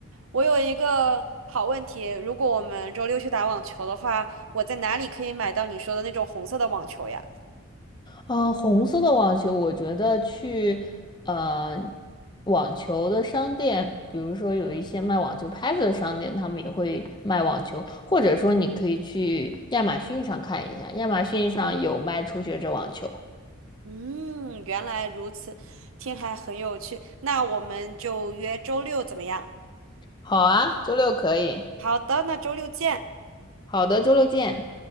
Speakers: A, on the right; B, on the left.
A: 我有一个好问题，如果我们周六去打网球的话，我在哪里可以买到你说的那种红色的网球呀？
B: 嗯，红色的网球，我觉得去呃网球的商店，比如说有一些卖网球拍子的商店，他们也会卖网球，或者说你可以去亚马逊上看一下，亚马逊上有卖初学者网球。
A: 嗯，原来如此，听还很有趣。那我们就约周六怎么样？
B: 好啊，周六可以。
A: 好的，那周六见。
B: 好的，周六见。